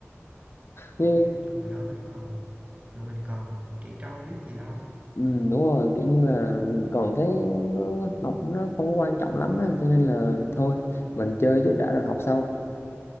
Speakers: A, on the left; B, on the right.
A: Ừ.
B: Thôi nói chung hồi đó mình còn tụi mình còn trẻ trâu biết gì đâu
A: Ừ, đúng rồi kiểu như là còn thấy nó, học nó không có quan trọng lắm á cho nên là thôi mình chơi trước đã rồi học sau